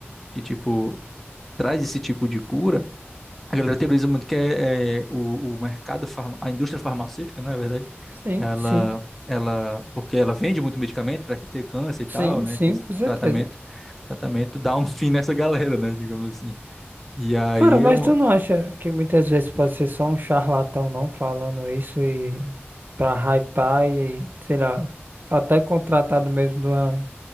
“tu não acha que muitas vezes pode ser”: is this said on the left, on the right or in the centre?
Right